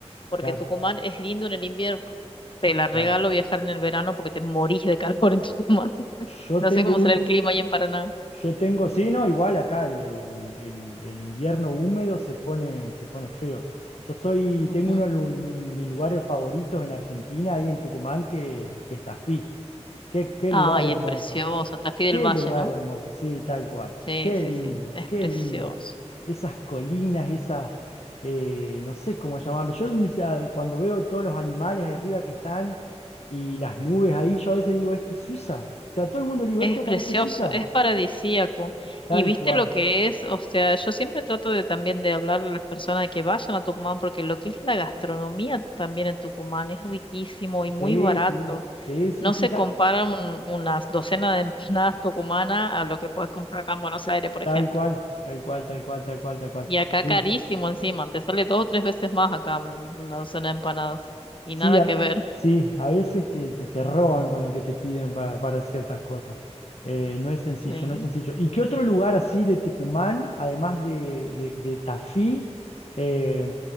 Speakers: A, on the left (about 45°); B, on the left (about 65°).
A: porque
B: Claro,
A: Tucumán es lindo en el invierno. Te la regalo
B: claro.
A: viajar en el verano porque te morís de calor en Tucumán. <laughs>
B: Yo
A: No
B: tengo
A: sé cómo
B: un,
A: será el clima ahí en Paraná.
B: Yo tengo, sí, no, igual acá el, el- el- el invierno húmedo se pone, se pone feo. Yo soy,
A: Ujú.
B: tengo uno de lu- mi- mis lugares favoritos en Argentina, ahí en Tucumán, que, que es Tafí. Qué, qué
A: Ay,
B: lugar hermoso.
A: es precioso, Tafí
B: Qué
A: del Valle,
B: lugar
A: ¿no?
B: hermoso, sí, tal cual.
A: Sí,
B: Qué
A: sí,
B: lindo,
A: sí, es
B: qué
A: precioso.
B: lindo. Esas colinas, esas, eh, no sé cómo llamarlo. Yo o sea, cuando veo todos los animales ahí arriba que están y las nubes ahí, yo a veces digo, esto es Suiza. O sea, a todo el mundo le digo,
A: Es
B: esto
A: precioso,
B: parece Suiza.
A: es paradisíaco.
B: Tal
A: Y viste
B: cual.
A: lo que es, o sea, yo siempre trato de también de hablarle a las personas de que vayan a Tucumán, porque lo que es la gastronomía también en Tucumán es riquísimo y muy
B: Sí,
A: barato.
B: sí, sí, sí,
A: No
B: sí,
A: se
B: ta-
A: compara un- unas docenas de empanadas tucumanas a lo que puedes comprar acá en Buenos Aires, por
B: tal
A: ejemplo.
B: cual, tal cual, tal cual, tal cual, tal cual.
A: Y acá
B: Sí,
A: carísimo encima, te sale dos o tres veces más acá un- una docena de empanadas. Y
B: sí,
A: nada
B: a,
A: que
B: a-
A: ver.
B: sí, a veces te, te, te roban con lo que te piden para, para ciertas cosas. Eh, no es sencillo,
A: Sí.
B: no es sencillo. ¿Y qué otro lugar así de Tucumán, además de, de, de Tafí? Eh,